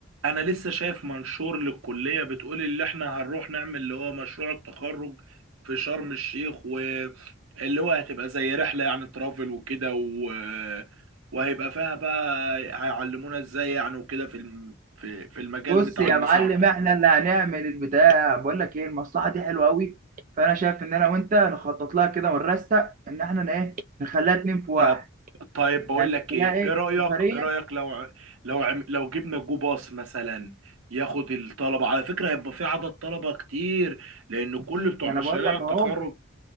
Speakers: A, on the right (about 70°); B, on the right (about 40°).
A: انا لسه شايف منشور للكليه بتقول اللي احنا هنروح نعمل اللي هو مشروع التخرج في شرم الشيخ واللي هو هتبقى زي رحله يعني ترافل وكده و... وهيبقى فيها بقى هيعلمونا ازاي يعني وكده في الم... في في المجال
B: بص
A: بتاع
B: يا
A: المساعه
B: معلم
A: وكده
B: احنا اللي هنعمل البتاع بقول لك ايه المصلحه دي حلوه قوي فانا شايف ان انا وانت نخطط لها كده ونرستق ان احنا ايه نخليها اتنين في واحد
A: طب طيب بقول
B: يعني
A: لك
B: نخليها
A: ايه
B: ايه
A: ايه رايك
B: سفريه
A: ايه رايك لو ع- لو عم... لو جبنا جو باص مثلا ياخد الطلبه على فكره هيبقى في عدد طلبه كتير لان كل بتوع
B: ما
A: مشاريع
B: انا بقول لك
A: التخرج
B: اهو